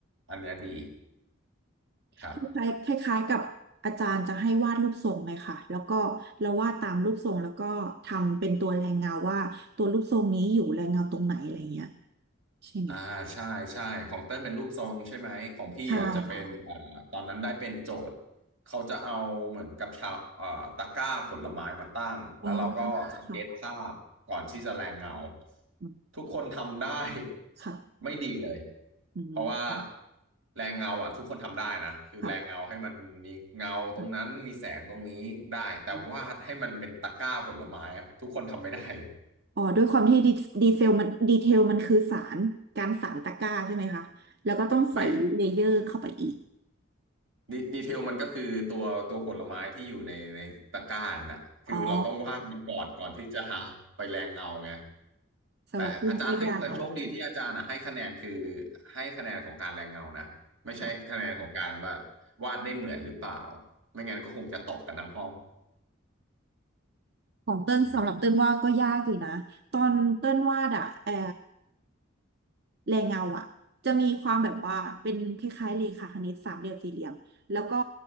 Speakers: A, on the right (about 75°); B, on the right (about 55°).
A: อันเนี้ยดี
B: คล้ายคล้ายคล้ายๆกับอาจารย์จะให้วาดรูปทรงเลยค่ะแล้วก็เราวาดตามรูปทรงแล้วก็ทำเป็นตัวแรงเงาว่าตัวรูปทรงนี้อยู่แรงเงาตรงไหนอะไรเงี้ย
A: ครับ
B: ใช่ไหม
A: อ่าใช่ใช่ของเต้นเป็นรูปทรงใช่ไหมของพี่อ่ะจะเป็นอ่าตอนนั้นได้เป็นโจทย์เขาจะเอาเหมือนกับชาวอ่าตะกร้าผลไม้มาตั้งแล้วเราก็สเก็ตภาพก่อนที่จะแรงเงา
B: ใช่ค่ะอ๋อค่ะอืม
A: ทุกคนทำได้ <laughs>
B: ค่ะ
A: ไม่ดีเลย
B: อื
A: เพราะว่า
B: ม
A: แรงเงาอ่ะทุกคนทำได้นะคือแรงเงาให้มันมีเงาตรงนั้นมีแสงตรงนี้ได้แต่วาดให้มันเป็นตะกร้าผลไม้อ่ะทุกคนทำไม่ได้เลย
B: ค่ะค่ะอืมอ๋อด้วยความที่ดีดีเซลมันดีเทลมันคือสารการสารตะกร้าใช่ไหมคะแล้วก็ต้องใส่เลเยอร์เข้าไปอีก
A: ไม่ ดีดีเทลมันก็คือตัวตัวผลไม้ที่อยู่ในในตะกร้านั่นแหะคือเราต้องวาดมันก่อนก่อนที่จะหาไปแรงเงาไง
B: อ๋อสำหรับคุณก็ยากค
A: แต่อาจารย์ให้แต่โชคดีที่อาจารย์อ่ะให้คะแนนคือให้คะแนนของการแรงเงานะไม่ใช่คะแนนของการว่า
B: ่ะ
A: วาดได้เหมือนหรือเปล่าไม่งั้นก็คงจะตกกันทั้งห้อง
B: ของเติ้ลสำหรับเติ้ลว่าก็ยากอยู่นะตอนเติ้นวาดอะแออ
A: อืม
B: แรงเงาอะจะมีความแบบว่าเป็นคล้ายๆเลขาคณิตสามเหลี่ยมสี่เหลี่ยมแล้วก็